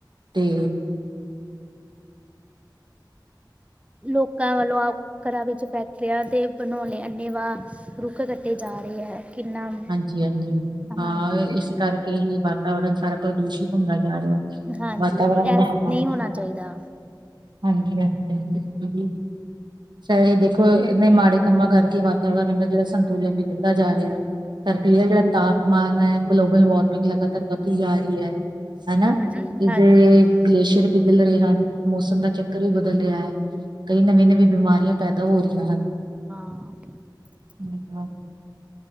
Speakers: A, on the right; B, on the right.
A: ਤੇ
B: ਲੋਕਾਂ ਵੱਲੋਂ ਆ ਘਰਾ ਵਿੱਚ ਫੈਕਟਰੀਆਂ 'ਤੇ ਬਣਾਉਣੇ ਅੰਨੇ ਵਾਹ ਰੁੱਖ ਕੱਟੇ ਜਾ ਰਹੇ ਹੈ। ਕਿੰਨਾ
A: ਹਾਂਜੀ ਹਾਂਜੀ ਹਾਂ
B: ਹਾਂਜੀ
A: ਇਸ ਕਰਕੇ ਹੀ ਵਾਤਾਵਰਨ ਸਾਰਾ ਪ੍ਰਦੂਸ਼ਿਤ ਹੁੰਦਾ ਜਾ ਰਿਹਾ
B: ਹਾਂਜੀ
A: ਵਾਤਾਵਰਨ
B: ਇਹ
A: ਦਾ ਹਾਂ
B: ਨਹੀਂ
A: ਹਾਂਜੀ
B: ਹੋਣਾ
A: ਹਾਂਜੀ
B: ਚਾਹੀਦਾ
A: ਹਾਂਜੀ ਹਾਂਜੀ ਇਹ ਦੇਖੋ ਇਹਨੇ ਮਾੜੇ ਕੰਮਾਂ ਕਰਕੇ ਵਾਤਾਵਰਨ ਦਾ ਜਿਹੜਾ ਸੰਤੁਲਨ ਵੀ ਵੱਧਦਾ ਜਾ ਰਿਹਾ ਸਰਦੀ ਦਾ ਤਾਪਮਾਨ ਹੈ ਗਲੋਬਲ ਵਾਰਮਿੰਗ ਲਗਾਤਾਰ ਵੱਧਦੀ ਜਾ ਰਹੀ ਹੈ। ਹਨਾ
B: ਹਾਂਜੀ
A: ਇਹਦੇ
B: ਹਾਂਜੀ ਹਾਂਜੀ
A: ਗਲੇਸ਼ੀਅਰ ਪਿਘਲ ਰਹੇ ਹਨ ਮੌਸਮ ਦਾ ਚੱਕਰ ਵੀ ਬਦਲ ਰਿਹਾ ਹੈ ਕਈ ਨਵੀਂ ਨਵੀਂ ਬਿਮਾਰੀਆਂ ਪੈਦਾ ਹੋ ਰਹੀਆਂ ਹਨ।
B: ਹਾਂ
A: ਠੀਕ ਹੈ